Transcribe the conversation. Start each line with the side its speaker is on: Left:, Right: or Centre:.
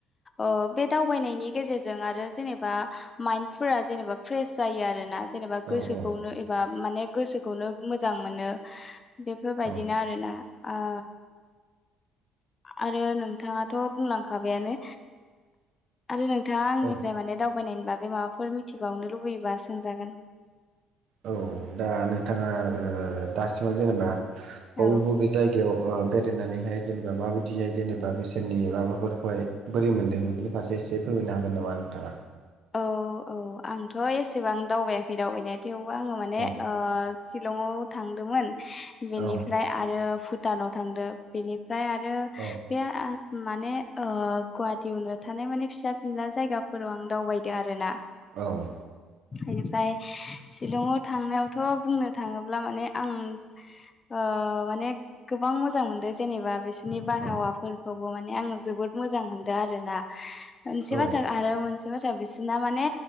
Left: ओ बे दावबायनायनि गेजेरजों आरो जेनेबा माइन्दफोर जेनेबा फ्रेस जायो आरोना जेनेबा
Right: औ
Left: गोसोखौनो
Right: औ
Left: बा माने गोसोखौनो मोजां मोनो बेफोरबायदिनो
Right: औ
Left: आरोना ओ आरो नोंथाङाथ' बुंलांखाबायानो आरो नों थाङा आंनिफ्राय
Right: औ
Left: माने दावबायनायनि बागै माबाफोर मिथिबावनो लुबैयोबा सोंजागोन
Right: औ दा नोंथाङा ओ दासिमाव जेनेबा बबे
Left: औ
Right: बबे जायगायाव ओ बेरायनानैहाय जेनेबा माबायदिहाय जेनेबा बिसोरनि माबाफोरखौहाय बोरै मोनदों बेफोरनि फारसे एसे फोरमायनो हागोन नामा नोंथाङा
Left: औ औ आंथ' एसेबां दावबायाखै दावबायनाया थेवबो आङो माने
Right: औ
Left: ओ सिलंआव थांदोंमोन बेनिफ्राय
Right: औ
Left: आरो भुटानाव थांदों बेनि फ्राय आरो
Right: औ
Left: बे ओस माने ओ गुवाहाटियावनो थानाय माने फिसा फिनला जायगाफोराव आं दावबाय दो आरोना।
Right: औ
Left: इनिफ्राय सिलंआव थांनायावथ' बुंनो थाङोब्ला माने आं ओ माने गोबां मोजां मोनदों जेनेबा बिस नि बारहावाफोरखौबो
Right: औ
Left: माने आङो जोबोद मोजां मोनदों आरोना मोनसे
Right: औ
Left: बाथ्रा आरो मोनसे <unintelligible> ना माने